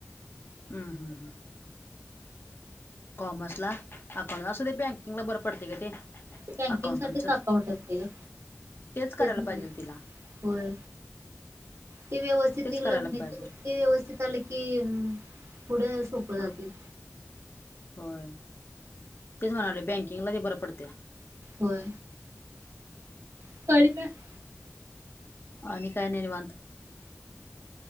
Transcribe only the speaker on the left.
हुं, हुं, हुं, कॉमर्सला अकाऊंट आसुदे बँकिंगला बरं पडतय गं ते.
अकाउंटंटचं
करायला
पाहिजेल तिला
तेच
करायला
पाहिजेल
हां
होय तेच म्हणालोय बँकिंगला ते बरं पडते.
आणि काय नाही निवांत,